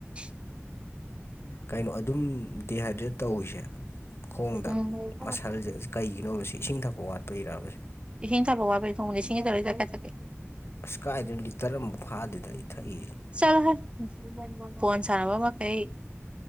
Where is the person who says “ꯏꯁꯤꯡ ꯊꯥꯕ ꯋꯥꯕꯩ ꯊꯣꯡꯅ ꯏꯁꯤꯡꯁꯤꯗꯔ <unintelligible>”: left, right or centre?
Right